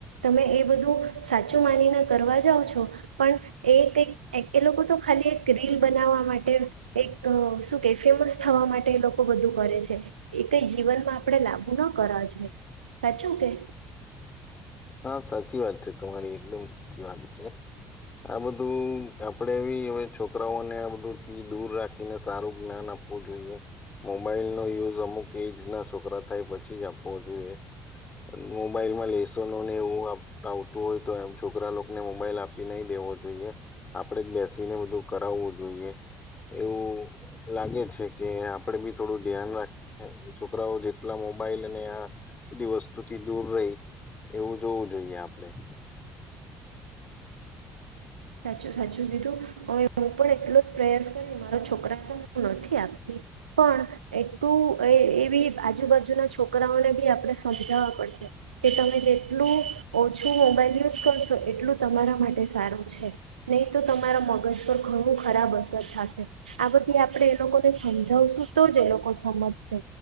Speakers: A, on the right; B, on the left.
A: તમે એ બધું સાચું માનીને કરવા જાઓ છો પણ એ કઈક એ લોકો તો ખાલી એક રિલ બનાવવા માટે એક શું કેય ફેમસ થવા માટે એ લોકો બધું કરે છે એ કઈ જીવનમાં ન કરવા જોઈએ સાચું કે?
B: હા સાચી વાત છે તમારી એકદમ સાચી વાત છે આ બધું આપડે બી હવે છોકરાઓને આ બધું થી દૂર રાખીને સારું જ્ઞાન આપવું જોઈએ મોબાઈલનો યુઝ અમુક એજના છોકરા થાય પછી જ આપવો જોઈએ મોબાઈલમાં લે શને એવું આવતું હોય તો એમ છોકરા લોકોને મોબાઈલ આપી નઈ દેવો જોઈએ આપડે જ બેસીને બધું કરાવવું જોઈએ એવું લાગે છે કે આપણે બી થોડું ધ્યાન રાખી છોકરાઓ જેટલા મોબાઈલને આ બધી વસ્તુથી દૂર રેય એવું જોવું જોઈએ આપણેે.
A: સાચું સાચું કીધું હવે હું પણ એટલો જ પ્રયાસ કરી મારા છોકરા તો હું નથી આપતી પણ એટલું એવી આજુબાજુના છોકરાઓને બી આપણે સમજાવવા પડશે કે તમે જેટલું ઓછું મોબાઈલ યુઝ કરશો એટલું તમારા માટે સારું. છે. નહી તો તમારા મગજ પર ઘણું ખરાબ અસર થાશે આ બધી આપણે એ લોકોને <unintelligible> જવશું તો જ એ લોકો સમજશે